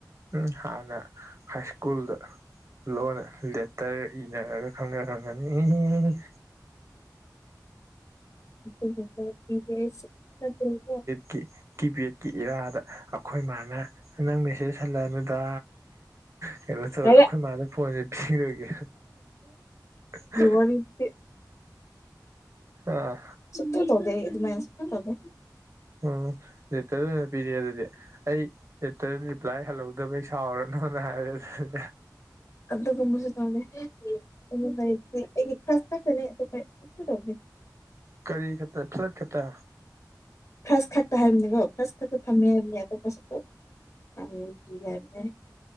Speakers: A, on the right (about 40°); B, on the left (about 40°).
A: ꯎꯝ ꯍꯥꯟꯅ ꯍꯥꯏ ꯁ꯭ꯀꯨꯜꯗ ꯂꯣꯟꯅ ꯂꯦꯇꯔ ꯏꯅꯔꯒ ꯈꯪꯅ ꯔꯝꯒꯅꯤ
B: ꯑꯈꯣꯢ ꯂꯦꯇꯔ ꯄꯤꯗꯦ <unintelligible>
A: ꯀꯤ ꯀꯤꯄꯦꯗꯀꯤ ꯏꯔꯥꯗ ꯑꯈꯣꯏ ꯃꯥꯅ ꯅꯪ ꯃꯦꯁꯦꯖ ꯍꯜꯂꯛ ꯑꯅꯨ ꯗꯥ ꯀꯩꯅꯣ ꯇꯧꯔꯦ
B: ꯍꯥꯏꯔꯦ
A: ꯑꯩꯈꯣꯏ ꯃꯥꯗ ꯐꯣꯟꯁꯦ ꯄꯤꯈꯒꯦ <unintelligible>
B: ꯋꯥꯔꯅꯤꯡ ꯄꯤ
A: ꯑꯥ
B: ꯁꯨꯛꯇꯧ ꯇꯧꯗꯦ ꯑꯩ ꯑꯗꯨꯃꯥꯏ ꯁꯛꯇꯧ ꯇꯧꯗꯦ
A: ꯑꯣ ꯂꯦꯇꯔꯗ ꯑꯣꯏꯅ ꯄꯤꯔꯦ ꯑꯗꯨꯗꯤ ꯑꯩ ꯂꯦꯇꯔ ꯔꯤꯄ꯭ꯂꯥꯏ ꯍꯜꯍꯧꯗꯕꯩ ꯁꯥꯎꯔꯅꯣꯅ ꯍꯥꯏꯔꯦ ꯑꯗꯨ
B: ꯑꯗꯨꯒꯨꯝꯕꯁꯨ ꯇꯧꯗꯦ ꯑꯗꯨ ꯑꯩꯒꯤ ꯀ꯭ꯂꯁ ꯈꯛꯇꯅꯦ ꯑꯇꯣꯄ ꯀꯩꯁꯨ ꯇꯧꯗꯦ
A: ꯀꯔꯤ ꯈꯠꯇ ꯐ꯭ꯂꯠ ꯈꯠꯇ
B: ꯈꯔꯁ ꯈꯛꯇ ꯍꯥꯏꯕꯅꯤꯀꯣ ꯈꯔꯁ ꯈꯛꯇ ꯊꯝꯃꯦ ꯍꯥꯏꯕꯅꯦ ꯑꯇꯣꯞꯄꯁꯨꯄꯣ ꯌꯥꯝ ꯀꯥ ꯍꯥꯏꯕꯅꯦ